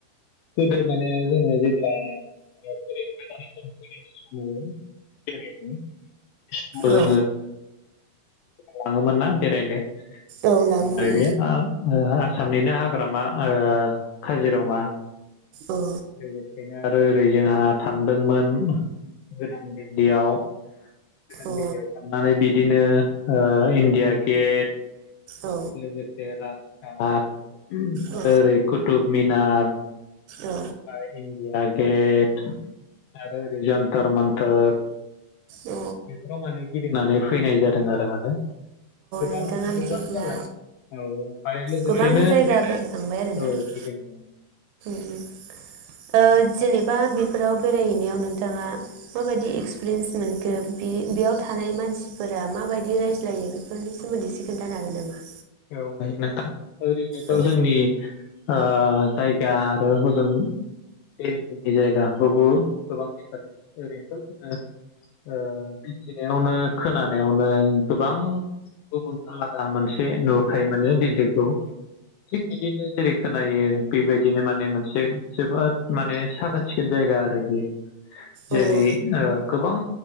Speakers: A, on the left; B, on the right.
A: लोगोफोर
B: औ
A: लाङोमोनना बेरायनो?
B: औ लाङोमोन
A: <unintelligible>
B: औ
A: आसामनिनो हाग्रामा ओ काजिरङा
B: ओ।
A: लोगोसेनो आरो ओरै जोंहा थांदोंमोन गोदान दिल्लीयाव। गोदान
B: औ
A: दिल्लीयाव थांनानै बिदिनो ओ इण्डिया गेट
B: औ
A: लोगोसे राजथा ओरो
B: औ
A: ओरै कुथुब मिनार ओमफ्राय
B: औ
A: इण्डिया गेट आरो ओरै जन्थर मन्थोर
B: अ
A: बेफोराव माने फैनानै फैनाय जादों आरो माने गोबां
B: नोंथाङा बिदिब्ला
A: गोबां मोजां औ औ ओमफाय लोगोसेनो,
B: गोबां जायगा बेरायखांबाय आरोना
A: औ गिदिंदों।
B: ओ जेनेबा बेफोराव बेरायहैनायाव नोंथाङा माबायदि एक्सपिरियेन्स मोनखो बि बेयाव थानाय मानसिफोरा माबायदि रायज्लायो बेफोरनि सोमोन्दै एसे खोनथानो हागोन नामा?
A: औ हायो नोंथां। ओरैनोथ'
B: औ
A: जोंनि ओ जायगा आरो हजों दिल्ली जायगाखौबो गोबां इन्टारेस्ट ओरैनोथ' जोङो ओ बेखिनियावनो खोनानायावनो गोबां गुबुन आलादा मानसि एसे नुहुरखायो माने दिल्लीखौ थिग बिदिनो जेरै खोनायो बेबायदिनो माने मोनसे जोबोद माने साखोन सिखोन जायगा आरो बियो जेरै
B: अ औ उम
A: ओ गोबां